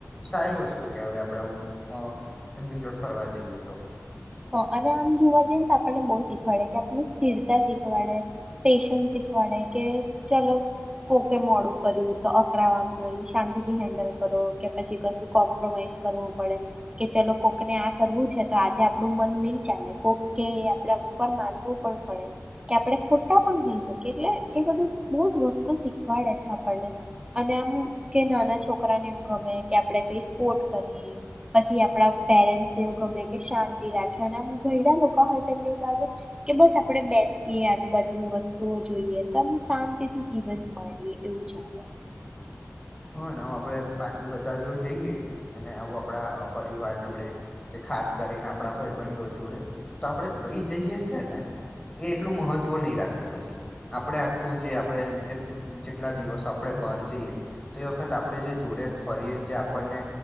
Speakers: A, on the left; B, on the right.
A: સારી વસ્તુ કહેવાય આપણે આવું અ એમની જોડે ફરવા જઈએ તો
B: હહ અને આમ જોવા જઈએ ને તો આપણને બઉ શીખવાડે કે આપને સ્થિરતા શીખવાડે, પેશન્ શીખવાડે કે ચલો કોકે મોડું કર્યું તો અકરાવાનું નહી શાંતિ થી હેન્ડલ કરો કે પછી કશું કોમ્પ્રોમાઈઝ કરવું પડે કે ચલો કોકને આ કરવું છે તો આજે આપણું મન નહીં ચાલે કોક કે એ આપણે અમુક વાર માનવું પણ પડે કે આપણે ખોટા પણ હોઈ શકીએ એટલે એ બધું બહુ જ વસ્તુ શીખવાડે છે આપણને અને આમ કે નાના છોકરાને એવું ગમે કે આપણે કઈ સ્પોર્ટ કરીએ પછી આપણા પેરેન્ટસને એવું ગમે કે શા તી રાખે અને આમ ઘરડા લોકા હોય તો એમને એવું લાગે કે બસ આપણે બેસીએ આજુબાજુનું વસ્તુઓ જોઈએ તો આમ શાંતિથી જીવન માણીએ એવું જાણે
A: હહ ને આમ આપણે બાકી બધા જોડે જઈએ અને આવું આપણા પરિવાર જોડે કે ખાસ કરીને આપણા ભઈબંધો જોડે તો આપણે કઈ જઈએ છે ને એ એટલું મહત્ત્વ નહીં રાખતું પછી આપણે આખું જે આપણે જે જેટલા દિવસો આપણે બહાર જઈએ. તે વખત આપણે જે જોડે ફરીએ ને જે આપણને